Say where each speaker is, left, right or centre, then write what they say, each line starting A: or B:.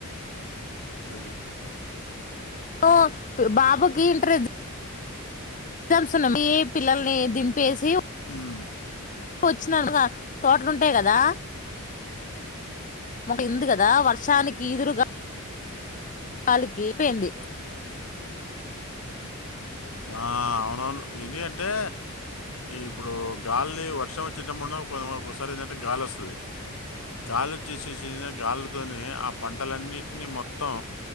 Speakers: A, on the left; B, on the left.
A: అది
B: ఆ బాబుకి ఇంట్రెస్ట్ ఎగ్జామ్స్ ఉన్నా మీ పిల్లల్ని దింపేసి
A: హ్మ్
B: కూర్చన తోటలుంటాయి కదా మాక్ ఇందు కదా వర్షానికి ఈ దురుగా కాలికిపోయింది
A: ఆ అవునవును ఏంది అంటే ఇప్పుడు గాలిని వర్షం వచ్చేటప్పున్న ఒకసారి ఏంటంటే గాలి వస్తది గాలి వచ్చేసేససిన గాలితోనే ఆ పంటలన్నిటిని మొత్తం